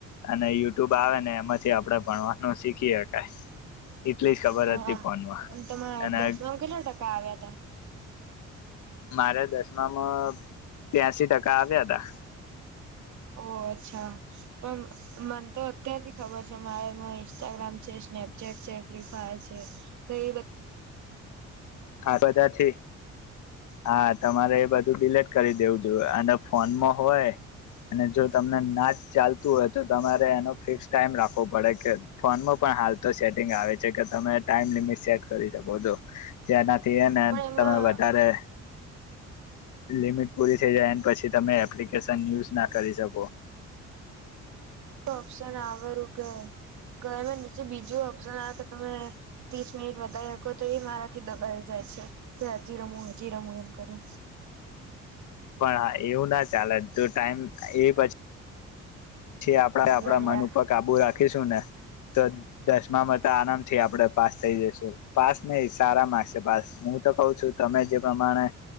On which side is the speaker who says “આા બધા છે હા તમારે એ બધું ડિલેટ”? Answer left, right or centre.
Left